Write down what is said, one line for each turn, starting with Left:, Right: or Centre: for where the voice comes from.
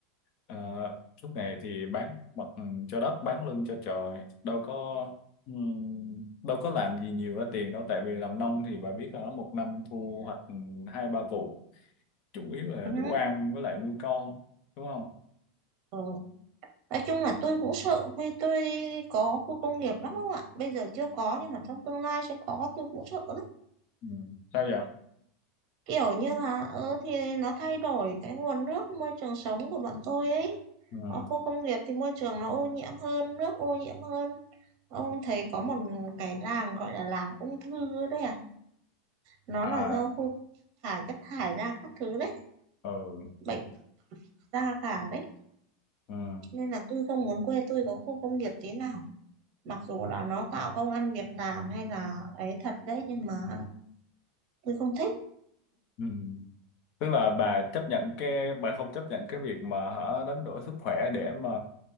Left: ờ, suốt ngày thì bán mặt cho đất bán lưng cho trời đâu có ừm, đâu có làm gì nhiều ra tiền đâu tại vì làm nông thì bà biết là nó một năm thu hoạch hai ba vụ chủ yếu là
Right: Ừ.
Left: đủ ăn với lại nuôi con đúng không
Right: Ừ. Nói chung là tôi cũng sợ quê tôi có khu công nghiệp lắm không ạ? Bây giờ chưa có nhưng mà trong tương lai sẽ có tôi cũng sợ
Left: ừ. sao vậy
Right: kiểu như là ừ, thì nó thay đổi cái nguồn nước môi trường sống của bọn tôi ấy
Left: ừ.
Right: ở khu công nghiệp thì môi trường nó ô nhiễm hơn nước ô nhiễm hơn ông thấy có một cái làng gọi là làng ung thư đấy à nó
Left: à
Right: là do khu thải chất thải ra các thứ đấy
Left: ừ.
Right: bệnh
Left: ừ.
Right: ra cả đấy
Left: ừ.
Right: nên là tôi không muốn quê tôi có khu công nghiệp tí nào mặc dù là nó tạo công ăn việc làm hay là ấy thật đấy nhưng mà tôi không thích
Left: Ừ. tức là bà chấp nhận cái bà không chấp nhận cái việc mà hả đánh đổi sức khỏe để mà